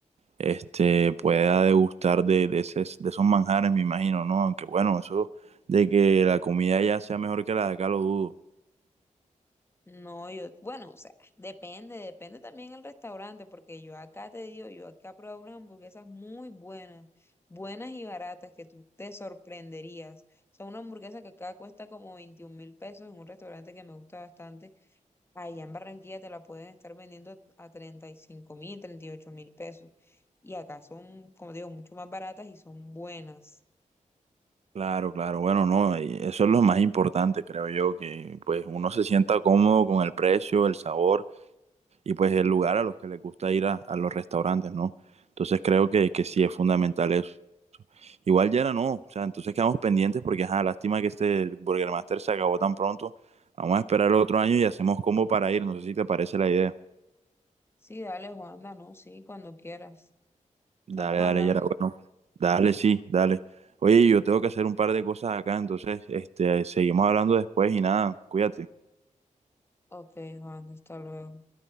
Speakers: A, on the right; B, on the left.
A: este, pueda degustar de, de, ese- de esos manjares, me imagino, ¿no? Aunque bueno, eso de que la comida ya sea mejor que la de acá lo dudo.
B: No, yo, bueno, o sea, depende, depende también el restaurante, porque yo acá te digo, yo acá he probado unas hamburguesas muy buenas, buenas y baratas, que tú te sorprenderías. O sea, una hamburguesa que acá cuesta como veintiún mil pesos en un restaurante que me gusta bastante, allá en Barranquilla te la pueden estar vendiendo a treinta y cinco mil, treinta y ocho mil pesos. Y acá son, como digo, mucho más baratas y son buenas.
A: Claro, claro, bueno, no, y eso es lo más importante, creo yo, que pues uno se sienta cómodo con el precio, el sabor y pues el lugar a los que les gusta ir a, a los restaurantes, ¿no? Entonces creo que, que sí es fundamental eso. Igual ya era no, o sea, entonces quedamos pendientes porque, ajá, lástima que este Burger Master se acabó tan pronto. Vamos a esperar el otro año y hacemos combo para ir, no sé si te parece la idea.
B: Sí, dale, Juanda, no, sí, cuando quieras. Estamos
A: Dale, dale,
B: hablando.
A: ya era bueno. Dale, sí, dale. Oye, yo tengo que hacer un par de cosas acá, entonces, este, seguimos hablando después y nada, cuídate.
B: Ok, Juan, hasta luego.